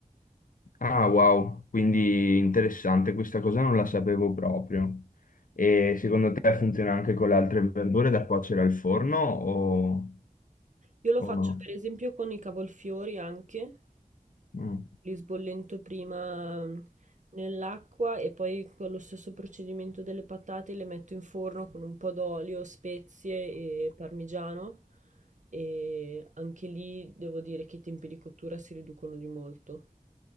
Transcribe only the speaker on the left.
Ah, wow, quindi interessante, questa cosa non la sapevo proprio. E secondo te funziona anche con le altre verdure da cuocere al forno o,
o
no?
Mm.